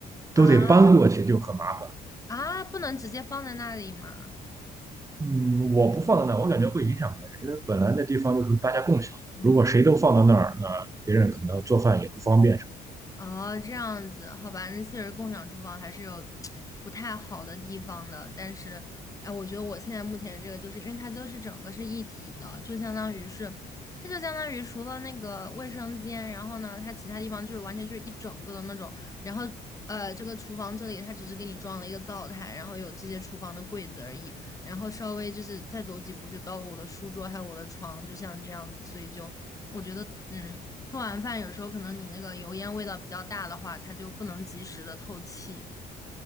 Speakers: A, on the left; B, on the right.
A: 啊
B: 都得搬过去，就很麻烦。
A: 啊，不能直接放在那里吗？
B: 嗯，我不放在那儿，我感觉会影响别人，因为本来那地方就是大家共享的，
A: 嗯。
B: 如果谁都放到那儿，那别人可能做饭也不方便什
A: 哦，这样子，好吧，那确实共享厨房还是有不太好的地方的，但是，哎，我觉得我现在目前这个，就是因为它就是整个是一体的，就相当于是，这就相当于除了那个卫生间，然后呢，它其他地方就是完全就是一整个的那种，然后呃，这个厨房这里它只是给你装了一个灶台，然后有这些厨房的柜子而已，然后稍微就是再走几步就到了我的书桌还有我的床，就像这样子，所以就我觉得，嗯。做完饭有时候可能你那个油烟味道比较大的话，它就不能及时的透气。